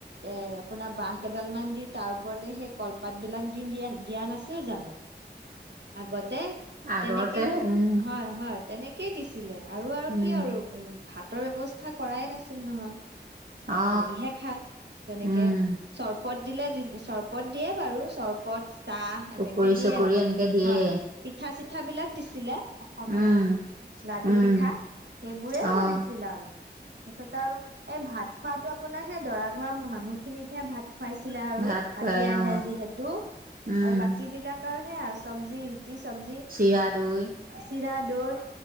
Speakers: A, on the right; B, on the right.
A: এ, আপোনাৰ বাঁহ কেইডাল মান দি তাৰ ওপৰতে সেই কলপাতবিলাক দি-দিয়া দিয়া নাছিল জানো। আগতে
B: আগতে
A: তেনেকেই তিত
B: উম
A: হয় হয়। তেনেকেই দিছি লে আৰু আৰু
B: উম
A: কি আৰু উম। ভাতৰ ব্যৱস্থা কৰায় নাছিল নহয়।
B: অ
A: হেৰিহে খায়। তেনেকে,
B: উম
A: চৰ পত দিলে দি-চৰপত দিয়ে বাৰু চৰপত চাহ এনেকে
B: পকৰী
A: দিয়ে
B: চকৰি
A: আৰু
B: এনেকে দিয়ে
A: হয়, পিঠা চি পিঠাবিলাক দিছিলে। অসমীয়া,
B: উম
A: লাডু
B: উম
A: পিঠা সেইবোৰে
B: অ
A: চলিছিল আৰু। পিছতে আৰু এই ভাত খোৱাটো আপোনাৰ হে দৰা ঘৰৰ মানুহখিনিকহে ভাত খুৱাইছিলে আৰু
B: ভাত খুৱাই
A: হাতী আহে
B: অ
A: যিহেতু
B: উম
A: আৰু বাকীবিলাকৰ সেই আৰ চব্জিৰ ৰুটি চব্জি,
B: চিৰা দৈ
A: চিৰা, দৈ